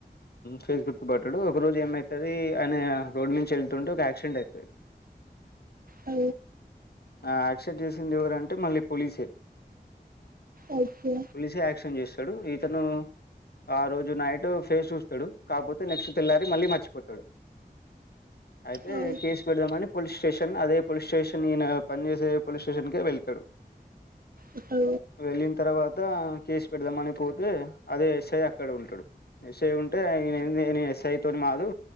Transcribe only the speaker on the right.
అ
ఓకే
ఓ
ఓ